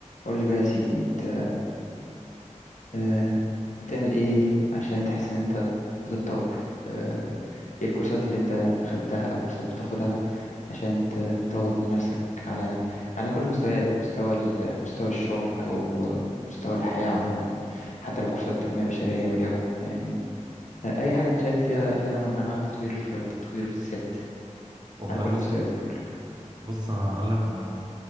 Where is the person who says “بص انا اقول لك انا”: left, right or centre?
Right